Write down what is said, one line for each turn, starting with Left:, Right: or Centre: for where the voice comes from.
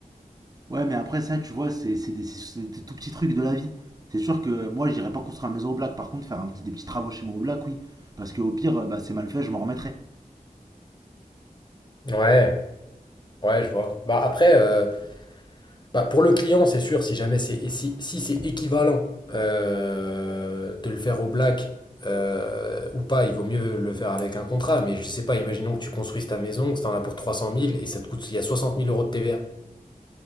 Right: Ouais, mais après ça, tu vois, c'est c'est des, c'est des tout petits trucs de la vie. C'est sûr que moi, j'irai pas construire une maison au black. Par contre, faire un petit, des petits travaux chez moi au black, oui. Parce que au pire, euh, bah, c'est mal fait, je m'en remettrai.
Left: Ouais, ouais, je vois. Bah après. euh, Bah, pour le client, c'est sûr, si jamais c'est si, si c'est équivalent euh, de le faire au black euh, ou pas, il vaut mieux le faire avec un contrat. Mais je sais pas, imaginons que tu construises ta maison, que tu en as pour trois cent mille et ça te coûte, il y a soixante mille euros de TVA.